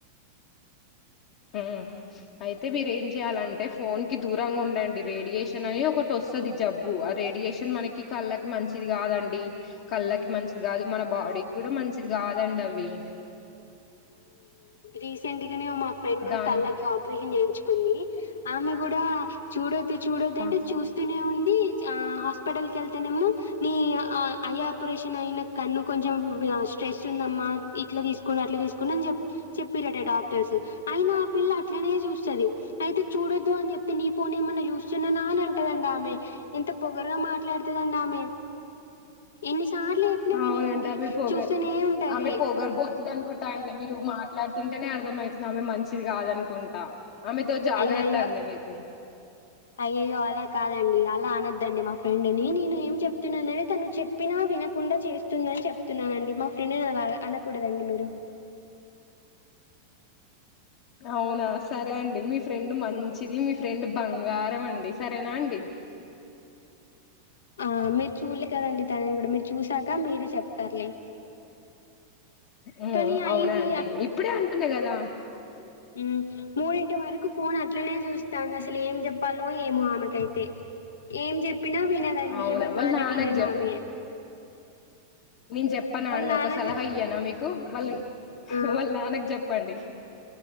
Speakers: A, on the left; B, on the left.
A: మ్ అయితే మీరు ఏం చెయాలంటే ఫోన్ కి దూరంగా ఉండండి. రేడియేషన్ అని ఒకటి వస్తది. జబ్బు ఆ రేడియేషన్ మనకి కళ్ళకి మంచిది కాదండి. కళ్ళకి మంచిది కాదు మన బాడీకి కూడా మంచిది కాదండి అవి
B: రీసెంట్ గానే మా ఫ్రెండ్
A: దాని
B: కళ్ళకి ఆపరేషన్ చేయించు కుంది ఆమె కూడా చూడ చూడొద్దంటే
A: ఆ,
B: చూస్తూనే ఉంది హాస్పిటల్ కి వెళ్తేనేమో నీ అ ఐ ఆపరేషన్ అయిన కన్ను కొంచెం స్ట్రెస్ ఉందమ్మా ఇట్లా తీసుకోం అట్లా తీసుకోం అని చెప్త్ చెప్పిరట డాక్టర్స్ అయిన ఆ పిల్ల అట్లనే చూస్తది అయితే చూడొద్దు అని చెప్ప నీ ఫోన్ ఏమన్నా చూస్తున్నానా అని అంటూ అంటది ఆమె ఎంత పొగరుగా మాట్లాడుతదండి ఆమె ఎన్ని సార్లు చెప్పినా వినదండి.
A: అవునండి ఆమె కి పోగారు
B: చూస్తూనే ఉంటది.
A: ఆ పోగరు బోతుదనుకుంటా కాదండి మీరు మాట్లాడుతుంటేనే అర్థం అయితంది. ఆమె మంచిది కాదనుకుంటా ఆమెతో జాగ్రత్త
B: అయ్యయ్యో
A: అండి మీకు
B: అయ్యయ్యో అలా కాదండి ఆమె ను అలా అనద్దండి మా ఫ్రెండ్ని నేను ఏం చెప్తున్నానే తను చెప్పినా వినకుండా చేస్తుందని చెప్తున్నానండి మా ఫ్రెండ్ అలా అనకూడదండి మీరు
A: అవునా సరే అండి మీ ఫ్రెండ్ మంచిది. మీ ఫ్రెండ్ బంగారం అండి సరేనా అండి
B: ఆ మీరు చూల్లే కదండి తనని కూడా మీరు చూసాక మీరు చెప్తారులే
A: ఉ
B: కానీ
A: అవునా
B: ఐది
A: అండి ఇప్పుడే అంటున్నా కదా
B: మ్మ్ మూడింటి వరకు ఫోన్ అట్లనే చూస్తంది అసలు ఏం చెప్పాలో ఏమో ఆమెకైతే ఏం చెప్పినా వినదండి
A: అవునా
B: ఎవరి
A: వాళ్ళ
B: మాట
A: నాన్నకు
B: వినదామె
A: చెప్ నేను చెప్పనా
B: వాళ్ళ
A: అండి
B: నాన్నకి
A: ఒక సలహా
B: జెప్
A: ఇయ్యానా మీకు వాళ్ళ హా
B: ఆ!
A: వాళ్ళ నాన్నకు చెప్పండి.